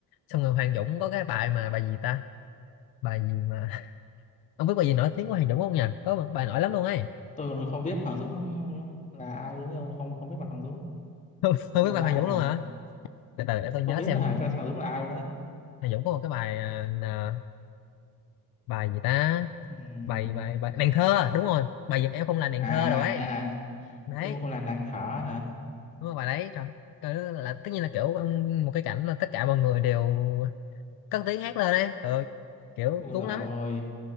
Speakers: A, on the left; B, on the left.
A: xong rồi Hoàng Dũng có cái bài mà bài gì ta bài gì mà ông biết bài gì nổi tiếng của Hoàng Dũng không nhỉ có một bài nổi lắm luôn ấy <laughs>
B: Tôi còn không biết Hoàng Dũng là ai luôn nhưng không không biết mặt Hoàng Dũng.
A: không,
B: Nghe
A: biết bài
B: lạ
A: Hoàng
B: ấy
A: Dũng
B: nhỉ.
A: luôn hả từ từ để tôi nhớ
B: Không biết
A: xem
B: nữa hả?
A: Hoàng
B: Cái Hoàng Dũng là ai luôn ấy.
A: Dũng có một cái bài à, là- bài gì ta
B: Ừm,
A: bài bài bài nàng thơ đúng rồi bài giùm em không là nàng
B: À
A: thơ rồi ấy
B: à
A: đấy
B: em không là nàng thở hả?
A: đúng rồi bài đấy trời trời ơi, là tất nhiên là kiểu um, một cái cảnh là tất cả mọi người đều cất tiếng hát lên đấy rồi kiểu
B: Ui
A: cuốn
B: rồi.
A: lắm